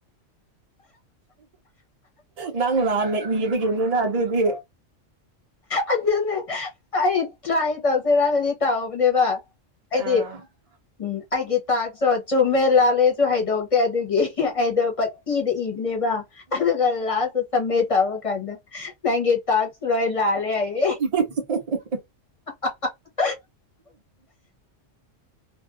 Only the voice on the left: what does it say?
ꯑꯗꯨꯅꯦ ꯑꯩ ꯇꯔ꯭ꯥꯏ ꯇꯧꯁꯦꯔꯅꯗꯤ ꯇꯧꯕꯅꯦꯕ ꯑꯩꯗꯤ
ꯎꯝ ꯑꯩꯒꯤ ꯇꯥꯛꯁꯇꯣ ꯆꯨꯝꯃꯦ ꯂꯥꯜꯂꯦꯁꯨ ꯍꯥꯏꯗꯣꯛꯇꯦ ꯑꯗꯨꯒꯤ ꯑꯩꯗꯣ ꯄꯏꯗ ꯏꯕꯅꯦꯕ ꯑꯗꯨꯒ ꯂꯥꯁꯇ ꯁꯝꯃꯤꯠ꯫ ꯇꯧꯕ ꯀꯥꯟꯗ꯫ ꯅꯪꯒꯤ ꯇꯥꯛꯁ ꯂꯣꯏ ꯂꯥꯜꯂꯦ ꯍꯥꯏ꯫
<unintelligible>